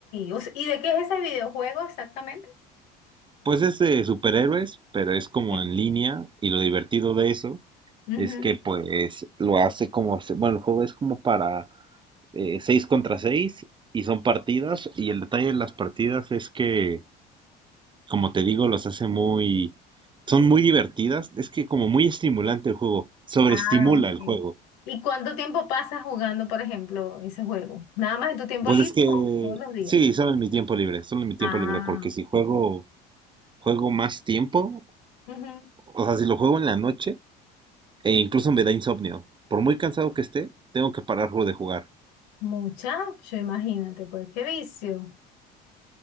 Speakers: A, on the left; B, on the right.
A: O sea, ¿y de qué es ese videojuego exactamente?
B: Pues es de superhéroes, pero es como
A: Ok.
B: en línea y lo divertido de eso
A: Ujú.
B: es que pues lo hace como, se- bueno, el juego es como para eh, 6 contra 6 y son partidas y el detalle de las partidas es que, como te digo, los hace muy, son muy divertidas, es que como muy estimulante el juego, sobreestimula
A: Ah, ok.
B: el juego.
A: ¿Y cuánto tiempo pasas jugando, por ejemplo, ese juego? ¿Nada más en tu tiempo
B: Pues
A: libre
B: es que,
A: o todos los días?
B: sí, solo en mi tiempo libre, solo en mi tiempo
A: Ah,
B: libre, porque si juego,
A: ok.
B: juego más tiempo,
A: Ujú.
B: o sea, si lo juego en la noche, E incluso me da insomnio. Por muy cansado que esté, tengo que pararlo de jugar.
A: Muchacho, imagínate, pues qué vicio.